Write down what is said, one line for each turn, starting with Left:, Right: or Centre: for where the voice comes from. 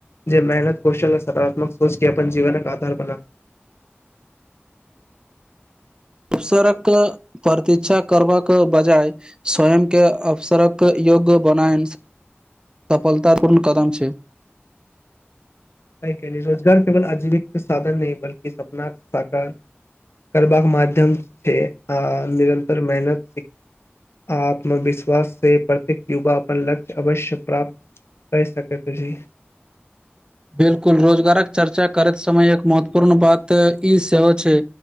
Left: जे मेहनत कौशल आ सकारात्मक सोच के अपन जीवनक आधार बना
Right: अबसरक प्रतीक्षा करबाक बजाय स्वयंके अबसरक योग्य बनाइनस <inaudible> सफलतापूर्ण कदम छै।
Left: सही कहलिअइ रोजगार केबल आजीविक साधन नै बल्कि सपनाक साकार करबाक माध्यम छै आ निरन्तर मेहनत से आत्मविश्वास से प्रत्येक युवा अपन लक्ष्य अवश्य प्राप्त कै सकैत अछी।
Right: बिलकुल रोजगारक चर्चा करैत समयक महत्वपूर्ण बात ई सेहो छै।